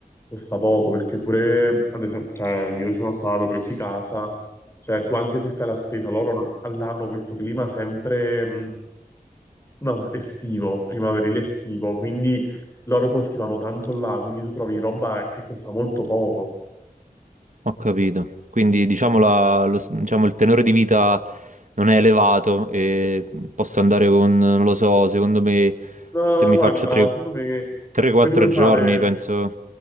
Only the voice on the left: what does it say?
costa poco, perché pure, ad esempio, cioè, io sono stato presi casa. Cioè, tu anche se fai la spesa, loro all'anno questo clima sempre mh, no, estivo, primaverile estivo, quindi loro coltivano tanto là, quindi tu trovi roba che costa molto poco.
No.
No,
guarda,
secondo me, se ti vuoi
fare,